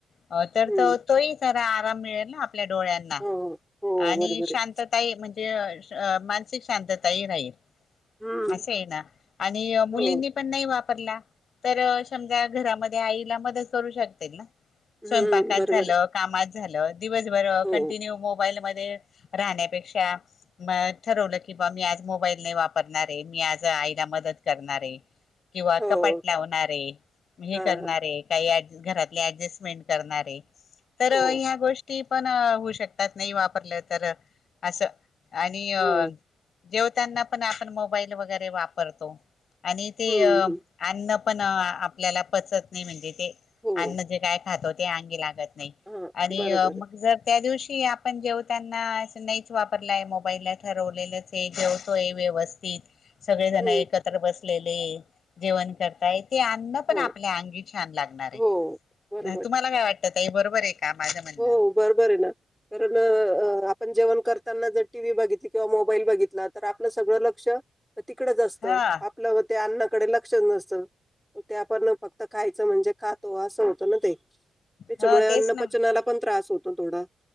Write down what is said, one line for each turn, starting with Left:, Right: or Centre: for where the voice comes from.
Left: हो तर
Centre: हम्म
Left: त तोही जरा आराम मिळेल ना, आपल्या डोळ्यांना
Centre: हो हो हो,
Left: आणि
Centre: बरोबर
Left: शांतता
Centre: आहे
Left: म्हणजे ते मानसिक शांतता ह राहील.
Centre: हम्म
Left: असं आहे ना आणि मुलींनी
Centre: हो
Left: पण नाही वापर वापरल्या तर समजा घरामध्ये आईला मदत करू शकते ना,
Centre: हम्म
Left: स्वयंपाकात
Centre: बरोबर
Left: झालं,
Centre: आहे
Left: कामात झालं दिवसभर
Centre: हो
Left: कंटिन्यू मोबाईल म राहण्यापेक्षा म ठरवलं की बा मी आज मोबाईल नाही वापरणार आहे मी आज आईला मदत करणार आहे. किंवा
Centre: हो
Left: कपाट लावणारे हे
Centre: हा
Left: करणारे
Centre: हा
Left: काही घरातल्या अड्जस्टमेंट करणार आहे तर
Centre: हो
Left: ह्या गोष्टी पण होऊ शकतात नाही वापरलं तर अस आणि
Centre: हो
Left: जेव पण आपण मोबाईल वगैरे वापरतो आणि ते
Centre: हम्म
Left: अ,
Centre: हम्म.
Left: पण आपल्याला पचत नाही म्हणजे अन्न
Centre: हो
Left: जे काय खातो ते अंगी लागत नाही
Centre: हा
Left: आणि
Centre: बरोबर आहे.
Left: मगर त्या दिवशी क आपण जेवताना त्यांना नाहीच वा ला मोबाईलला ठरवलेलेच आहे जेवतोय व्यवस्थित सगळे जण
Centre: हम्म
Left: एकत्र बस असले जेवण करताय. ते अन्न पण
Centre: हो
Left: आपल्या अंगी छान लागणार आहे
Centre: हो बरोबर
Left: तुम्हाला
Centre: आहे.
Left: काय वाटत ताई बरोबर आहे. का माझं म्हणणं
Centre: हो बरोबर आहे ना कारण आपण जेवण करताना जर टीव्ही बघितली किंवा मोबाईल बघितला तर आपलं सगळं लक्ष तिकडच असतं
Left: हा
Centre: आपलं व ते अन्न अन्नकडे लक्षच नसत ते आपण फक्त खायचं म्हणजे खातो असं होतं ना ते त्याच्यामुळे
Left: हा तेच
Centre: अन्न
Left: ना,
Centre: पचनाला त्रास होतो थोडा